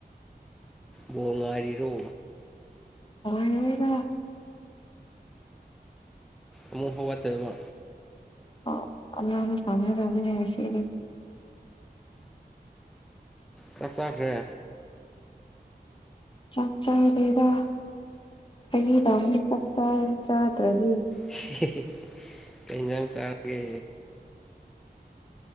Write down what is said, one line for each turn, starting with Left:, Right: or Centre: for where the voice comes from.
Centre: ꯕꯣꯉꯥꯏꯔꯤꯔꯣ
Left: ꯑꯣꯔꯦꯒ
Centre: ꯎꯝ ꯑꯃꯨꯛ ꯍꯧꯒꯠꯇꯣꯏꯕ
Left: ꯑꯣ ꯑꯅꯥꯟꯕ ꯄꯥꯝꯒꯗꯕꯅꯦ ꯉꯁꯤꯗꯤ
Centre: ꯆꯥꯛ ꯆꯥꯈ꯭ꯔꯦ
Left: ꯆꯥꯛ ꯆꯥꯗ‌ꯦꯗ ꯍꯥꯏꯕꯤ ꯇꯧꯕꯅꯤ ꯆꯥꯛ ꯆꯥ ꯆꯥꯗ꯭ꯔꯗꯤ
Centre: ꯀꯩ ꯏꯟꯖꯥꯡ ꯆꯥꯔꯒꯦ